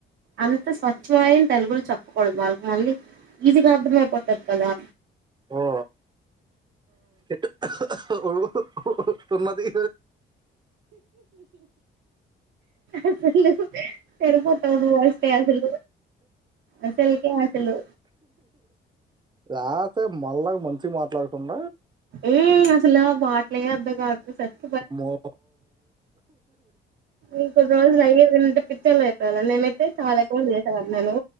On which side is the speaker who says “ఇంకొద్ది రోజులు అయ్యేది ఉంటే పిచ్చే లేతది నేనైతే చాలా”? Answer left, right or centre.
Right